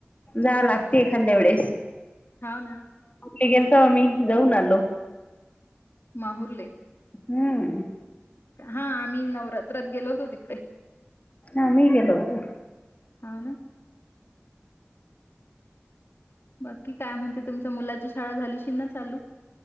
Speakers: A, on the left; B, on the left.
A: जा लागते एखाद्या वेळेस.
B: हाव ना.
A: ते गेलतो आम्ही जाऊन आलो.
B: माहुरले
A: हम्म.
B: हा आम्ही नवरात्रात गेलो होत तिकडे
A: आम्ही गेलो होतो.
B: हाव ना. बाकी काय म्हणते तुमच्या मुलाची शाळा झाली अशील ना चालू